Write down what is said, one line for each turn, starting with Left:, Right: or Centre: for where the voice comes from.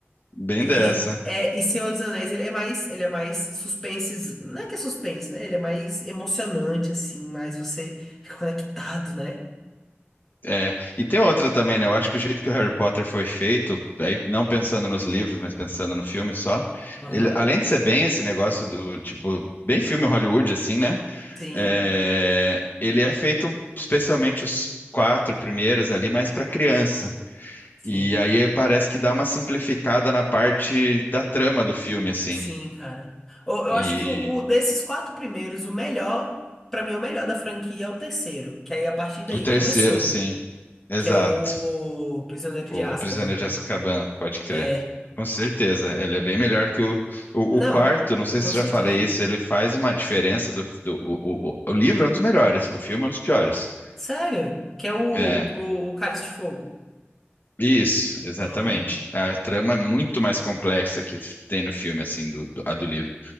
Left: bem
Centre: E,
Left: dessa.
Centre: é, e Senhor dos Anéis, ele é mais, ele é mais suspense, não é que é suspense, né? Ele é mais emocionante, assim, mais você fica conectado, né?
Left: É, e tem outra também, né? Eu acho que o jeito que o Harry Potter foi feito, aí não pensando nos livros, mas pensando no filme só,
Centre: Aham.
Left: ele, além de ser bem esse negócio do, tipo, bem filme Hollywood, assim, né?
Centre: Sim,
Left: É, ele é feito especialmente os quatro primeiros ali, mais para criança.
Centre: sim.
Left: E aí parece que dá uma simplificada na parte da trama do filme, assim.
Centre: Sim, cara. Eu, eu
Left: E
Centre: acho que o, o- desses quatro primeiros, o melhor, pra mim, o melhor da franquia é o terceiro, que aí a partir daí
Left: o terceiro,
Centre: começou,
Left: sim, exato.
Centre: que é o Prisioneiro
Left: O
Centre: de Azkaban.
Left: Prisioneiro de Azkaban, pode crer.
Centre: É.
Left: Com certeza, ele é bem melhor que o, o,
Centre: Não,
Left: o quarto. Não sei
Centre: com
Left: se
Centre: certeza.
Left: eu já falei isso. Ele faz uma diferença do, do o, o, o o livro é um dos melhores, o filme é um dos piores.
Centre: Sério? Que é o,
Left: É,
Centre: o, o Cálice de Fogo.
Left: Isso, exatamente.
Centre: Aham.
Left: A trama é muito mais complexa que tem no filme, assim, do, do- a do livro.